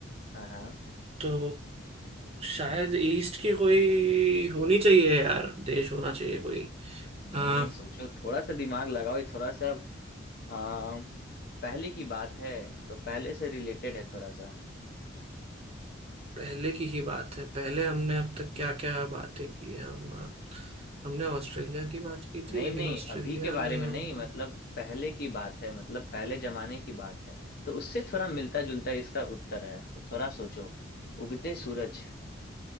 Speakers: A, on the left (about 50°); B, on the right (about 30°).
A: हाँ हाँ
B: तो शायद ईस्ट की कोई होनी चाहिए यार देश होना चाहिए कोई
A: नहीं
B: आ,
A: नहीं सोचो थोड़ा सा दिमाग लगाओ ये थोड़ा सा आ, पहले की बात है तो पहले से रिलेटेड है थोड़ा सा
B: पहले की ही बात है पहले हमने अब तक क्या क्या बातें की हैं हम हमने ऑस्ट्रेलिया की बात की
A: नहीं
B: थी लेकिन
A: नहीं
B: ऑस्ट्रेलिया
A: अभी के बारे
B: नहीं
A: में
B: होगा
A: नहीं मतलब पहले की बात है मतलब पहले जमाने की बात है तो उससे थोड़ा मिलता जुलता इसका उत्तर है तो थोड़ा सोचो उगते सूरज